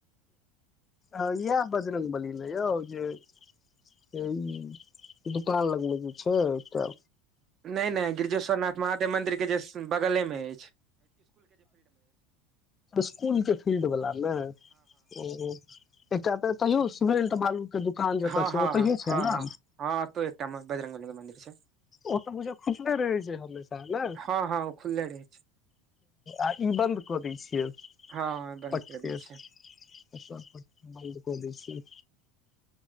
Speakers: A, on the left; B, on the right.
A: हँ इएह बजरङ्गबलीमे यौ जे ई क द कान लगब कि छै एक त
B: नहि नहि गिरिजेश्वर नाथ महादेव मन्दिरके जे बगलेमे अइछ
A: स्कुलके फील्डवला मे ओ एकटा तऽ तैयो सीमेंट बालू के दुकान जतऽ
B: हाँ
A: छै
B: हाँ
A: ओतहिये
B: हाँ
A: छै ने
B: हाँ हाँ हाँ तो एकटा बजरंगबली मन्दिर छै
A: ओ तऽ बुझिय खुजले रहै छै हमेशा नै
B: हँ हँ ओ खुलले रहै छै
A: आ ई बन्द कऽ दै छियै
B: हँ बन्द
A: पटके
B: कर दै छै
A: पट बन्द क दै छियै